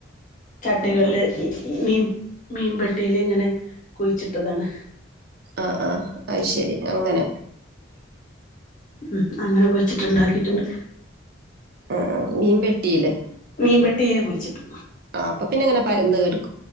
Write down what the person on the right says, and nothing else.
ആ ആ.
ആ ആഹ് അത് ശരി അങ്ങനെ.
ആഹ് ആ മീൻ പെട്ടീല്.
ആ അപ്പം പിന്നെ അങ്ങെനെ പരന്ന് കെടക്കും.